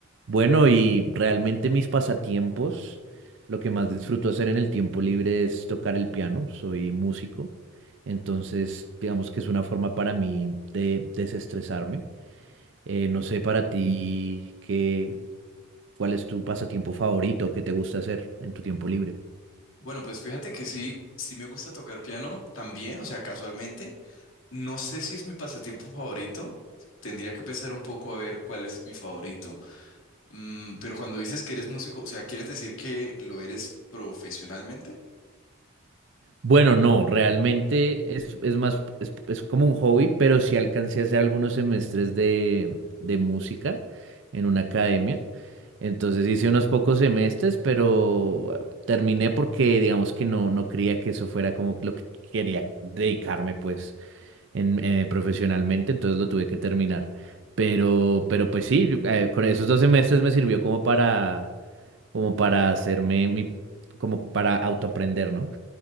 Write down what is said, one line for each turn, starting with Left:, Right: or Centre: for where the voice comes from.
Right: Bueno, y realmente mis pasatiempos, lo que más disfruto hacer en el tiempo libre es tocar el piano, soy músico, entonces digamos que es una forma para mí de desestresarme. Eh, no sé para ti qué, cuál es tu pasatiempo favorito, qué te gusta hacer en tu tiempo libre.
Left: Bueno, pues fíjate que sí, sí me gusta tocar piano también, o sea, casualmente. No sé si es mi pasatiempo favorito. Tendría que pensar un poco a ver cuál es mi favorito. Mm, pero cuando dices que eres músico, o sea, ¿quieres decir que lo eres profesionalmente?
Right: Bueno, no, realmente es, es más, es, es como un hobby, pero sí alcancé a hacer algunos semestres de, de música en una academia. Entonces hice unos pocos semestres, pero terminé porque digamos que no, no creía que eso fuera como lo que quería dedicarme pues en, eh, profesionalmente, entonces lo tuve que terminar. Pero, pero pues sí, yo, eh, con esos dos semestres me sirvió como para, como para hacerme mi, como para autoaprender, ¿no?